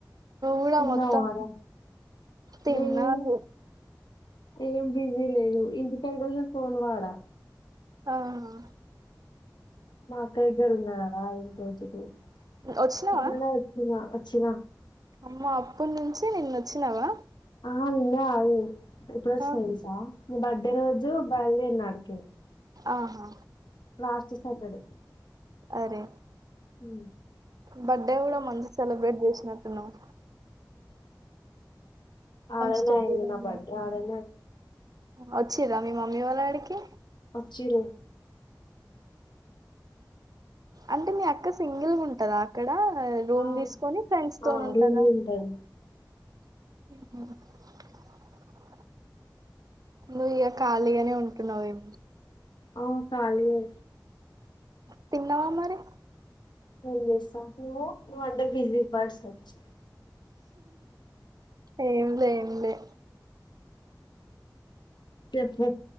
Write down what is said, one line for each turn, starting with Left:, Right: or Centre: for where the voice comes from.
Right: కూడా
Left: చిన్నవార
Right: మొత్తం తిన్నారు
Left: నేను ఏం బిజీ లేను ఇంటి కైదస ఫోన్ వాడా
Right: ఆహా
Left: మాకైనా గర్తు నా ఇ రోజ ఇకు
Right: వచ్చినావా
Left: కింద నా పెట్టిన వచ్చిన
Right: అమ్మ అప్పటి నుంచి నిన్న వచ్చినావా
Left: ఆ నిన్న అదు ఇప్పుడు వచ్చినాయి
Right: ఆ,
Left: తెలుసా బర్త్డే
Right: ఉమ్,
Left: రోజు బయల్దేరు ఉమ్ న ఆడకి
Right: ఆహా
Left: లాస్ట్ సాటర్డే
Right: అరే
Left: ఉమ్.
Right: బర్త్డే కూడా మంచిగా సెలబ్రేట్ చేసినట్టున్నవ్
Left: ఆడ అయినా
Right: స్టోరీలు
Left: ఇడ ఐనా బర్త్డే
Right: వచ్చిరాా మీ మమ్మీ వాళ్ళ ఆడకి
Left: వచ్చి ర్
Right: అంటే మీ అక్క సింగిల్గా ఉంటదా అక్కడ రూమ్
Left: ఆ
Right: తీసుకొని ఫ్రెండ్స్ తోని
Left: ఆ
Right: ఉంటదా
Left: రూమ్లు ఉంటాయి
Right: హ నువ్వు ఇక ఖాళీగానే ఉంటున్నవేం
Left: ఔ ఖాళీ ఎ
Right: తిన్నవా మరి
Left: ఏం చేస్తా నువ్వు అంటే బిజీ పర్సన్ వచ్చి
Right: ఏం లేదు లే
Left: చెప్పు